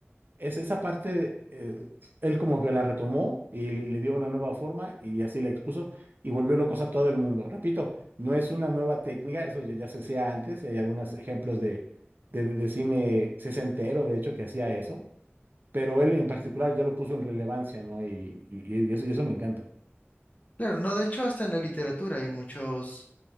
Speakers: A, on the right (about 45°); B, on the left (about 35°).
A: Es esa parte, de, eh, él como que la retomó y le le dio una nueva forma y así la expuso y volvió locos a todo el mundo. Repito, no es una nueva técnica, eso ya, ya se hacía antes, hay algunos ejemplos de, de, de cine sesentero, de hecho, que hacía eso, pero él en particular ya lo puso en relevancia, ¿no? Y, y, y eso, y eso me encanta.
B: Claro, no, de hecho hasta en la literatura hay muchos